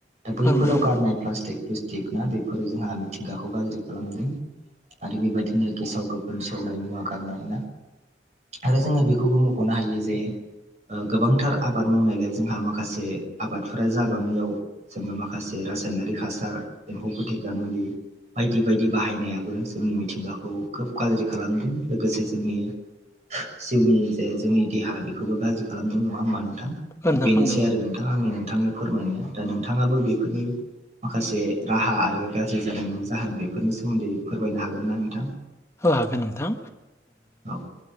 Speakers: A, on the right; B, on the left.
A: दा बैफोराव
B: औ नोंथां औ औ
A: गारनाय
B: नोंथां
A: प्लास्टिक प्लुस्टिक ना बेफोरो जोंहा मिथिंगाखौ गाज्रि खालामदों। आरो बेबायदिनो गेसाव गोफोन सेवनाय मुवा गारनाया आरो जोङो बेखौबो मख'नो हायो जे गोबांथार आबाद मावनायलाय जोंहा माखासे आबादफोरा जाबांनायाव जोङो माखासे रासायनारिक हासार एम्फौ फोथेग्रा मुलि बायदि बायदि बाहायनाया जोंनि मिथिंगाखौ खोब गाज्रि खालामदों लोगोसे जोंनि जिउनि जे जोंनि देहा बेखौबो गाज्रि खालामदों नङा होमबा नोंथां
B: खालामनांगौ
A: दा बेनोसै आरो नोंथां। नों आंनि नोंथांनो फोरमायनो दा नोंथाङाबो बेफोरनि माखासे राहा आरो गाज्रि जानायनि जाहोन बेफोरनि सोमोन्दै फोरमायनो हागोन ना नोंथां?
B: हो हागोन नोंथां
A: औ